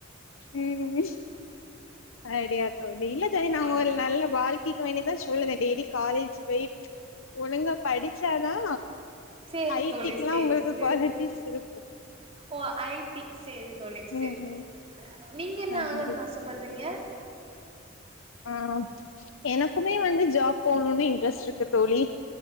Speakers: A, on the left; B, on the right.
A: ம் அடியா தோ டி இல்ல செர் நாங்க
B: ஆ
A: ஒரு நல்ல வாழ்க்கிக்கு வேண்டிதா சொல்லுவேன் டி டெய்லி காலேஜ் போயி ஒழுங்கா படிச்சாதா
B: சேரி
A: ஐ
B: தோழி
A: டிக் ல்லா
B: சேரி
A: உங்களுக்கு
B: சேரி
A: குவாலிட்டிஸ் இருக்கு
B: ஓ ஐ டி செரி தோழி செரி
A: ம் ம்
B: நீங்க என்ன
A: சரி
B: ஆகணுன் ஆசப்பட்றீங்க
A: ஆ எனக்குமே வந்து ஜாப் போணும்னு இன் ட்ரஸ்ட்ருக்கு தோழி